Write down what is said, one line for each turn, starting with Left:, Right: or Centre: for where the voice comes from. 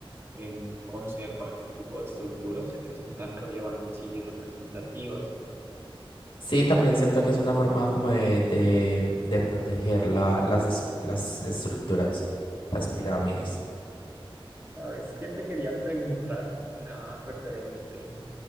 Right: eh, conservar este tipo de estructuras que son tan relevantes y representativas.
Left: Sí, también siento que es una forma como de, de, de proteger la- las, es- las estructuras, las pirámides.
Right: ¿Sabes qué te quería preguntar? Era referente